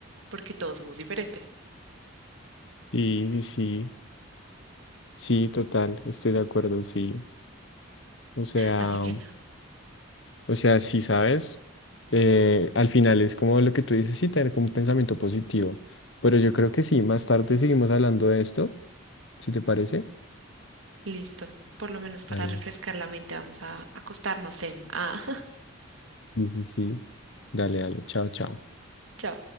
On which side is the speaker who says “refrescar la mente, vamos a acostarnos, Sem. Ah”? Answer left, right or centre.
Right